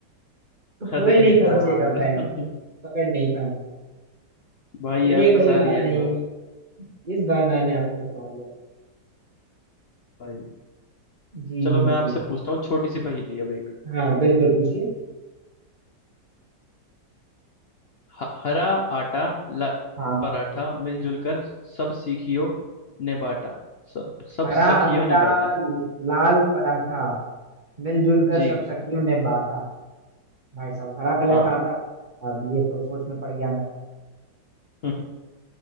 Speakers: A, on the right (about 25°); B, on the left (about 80°).
A: तो
B: अरे
A: कोई नहीं पहुंचेगा
B: यार
A: पहले
B: <laughs>
A: पकड़ नहीं पाए
B: भाई
A: चलिए
B: यार फंसा
A: कोई
B: दिया
A: बात नहीं
B: इस बार
A: इस बार मैंने आपको फंसा दिया
B: भाई
A: जी
B: चलो
A: जी
B: मैं
A: जी
B: आपसे पूछता हूँ छोटी सी पहेली अब एक
A: हाँ बिल्कुल पूछिए
B: ह- हरा आटा लाल
A: हाँ
B: पराठा मिलजुल कर सब सीखियो ने बाटा सब सब
A: हरा
B: सखियों
A: आटा
B: ने बाटा
A: लाल पराठा मिलजुल कर
B: जी
A: सब सखियों ने बांटा भाई साहब हरा कलर
B: हाँ
A: का आटा अब ये तो सोच में पड़ गया मैं
B: <laughs>